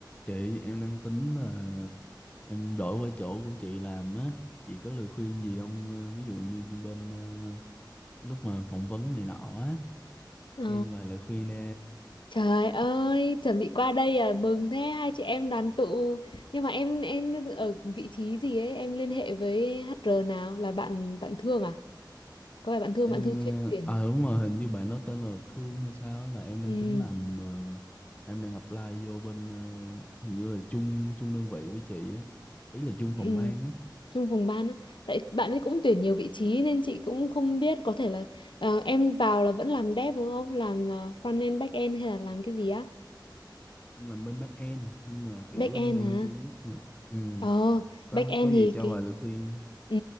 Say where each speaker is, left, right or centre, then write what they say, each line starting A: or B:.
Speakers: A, on the left; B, on the left.
A: Chị em đang tính là em đổi qua chỗ của chị làm á, chị có lời khuyên gì không? Ờ, Ví dụ như, như bên ờ, lúc mà phỏng vấn này nọ á,
B: Ồ,
A: cho em vài lời khuyên đi.
B: trời ơi, chuẩn bị qua đây à, mừng thế hai chị em đoàn tụ. Nhưng mà em em ở vị trí gì ấy, em liên hệ với HR nào là bạn bạn Thương à? Có phải bạn Thương
A: Em
B: bạn Thương chuyên tuyển.
A: ờ, à đúng rồi, hình như bạn đó tên là Thương hay sao á, là em đang
B: Ừ,
A: tính làm ờ, em đang apply vô bên ờ, hình như là chung chung đơn vị với chị á, ý là chung phòng
B: ừ,
A: ban á,
B: trong vùng ban á. Tại bạn ấy cũng tuyển nhiều vị trí nên chị cũng không biết có thể là ờ, em vào là vẫn làm dev đúng không? Làm ờ, front end back end hay là làm cái gì á?
A: em làm bên back end nhưng mà kiểu
B: Back end
A: em đang
B: hả?
A: chưa biết mà. Ừ,
B: Ờ,
A: có
B: back end
A: có gì
B: thì
A: cho
B: cái
A: vài lời khuyên.
B: ừ,